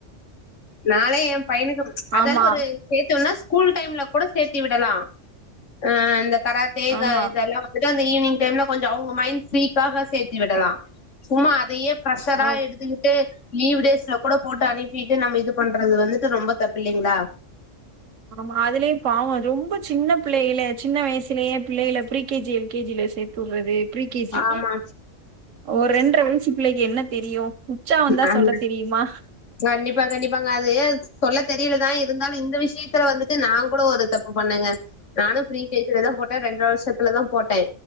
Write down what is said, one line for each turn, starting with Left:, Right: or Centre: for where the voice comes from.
Left: நானே என் பையனுக்கு அதெல்லா
Right: ஆமா
Left: ஒரு சேத்தம்னா ஸ்கூல் டைம்ல கூட சேத்தி விடலா அ அந்த கராத்தே இது
Right: ஆமா
Left: இதல்லா வந்துட் டு அந்த ஈவினிங் டைம்ல கொஞ்சம் அவங்க மைண்ட் ஃப்ரீக்காக சேத்து விடலா சும்மா அதயே பிரசரா
Right: ஆ
Left: எடுத்துக்கிட்டு லீவ் டேஸ்ல கூட போட்டு அனுப்பிட்டு நம்ம இது பண்றது வந்துட்டு ரொம்ப தப்ப இல்லைங்களா
Right: ஆமா அதுலயும் பாவம் ரொம்ப சின்ன பிள்ளைகல சின்ன வயசுலயே பிள்ளைகல pre K G L K ஜில சேத்து உட் து ஃப்ரீ கே ஜி
Left: ஆமா
Right: ஒரு ரெண்டரை வயசு பிள்ளைக்கு என்ன தெரியு உச்சாவந்தா
Left: ஆமா
Right: சொல்ல தெரியுமா
Left: கண்டிப்பா கண்டிப்பாங்க அது சொல்ல தெரியலதா இருந்தாலும் இந்த விஷயத்தல வந்துட்டு நா கூட ஒரு தப்பு பண்ணேங்க நானும் ஃப்ரீ கே ஜில தான் போட்டேன் ரெண்ட்ர வருஷத்தல தான் போட்டே